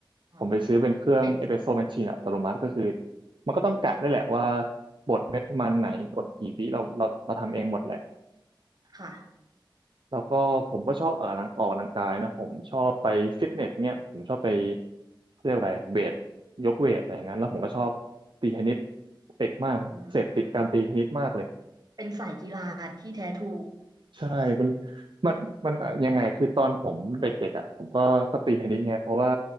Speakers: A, on the right (about 50°); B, on the right (about 65°).
A: อ๋อ
B: ผมไปซื้อเป็นเครื่องเอสเปรสโซ่แมชชีนอัตโนมัติก็คือ
A: เห็น
B: มันก็ต้องกะได้วยแหละว่าบดเม็ดประมาณไหนบดกี่วิเราเราเราทำเองหมดแหละ
A: ค่ะ
B: แล้วก็ผมก็ชอบออกกำลังออกกำลังกายนะผมชอบไปฟิตเนสเนี่ยผมชอบไปเขาเรียกอะไรเวทยกเวทอะไรอย่างนั้นแล้วผมก็ชอบตีเทนนิสติดมากเสพติดการตีเทนนิสมากเลย
A: อืมเป็นสายกีฬาที่แท้ทรู
B: ใช่มันมันมันอะยังไงคือตอนผมเด็กๆอ่ะผมก็ก็ตีเทนนิสไงเพราะว่า